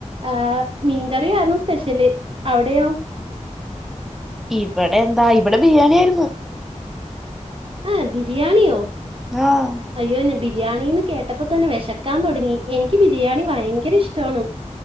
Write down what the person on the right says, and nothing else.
ആഹ് മീൻകറി ആരുന്നു സ്പെഷ്യല് അവിടെയോ
ആഹ് ബിരിയാണിയോ
അയ്യോ ബിരിയാണീന്ന് കേട്ടപ്പോ തന്നെ വിശക്കാൻ തുടങ്ങി എനിക്ക് ബിരിയാണി ഭയങ്കര ഇഷ്ടവാണ്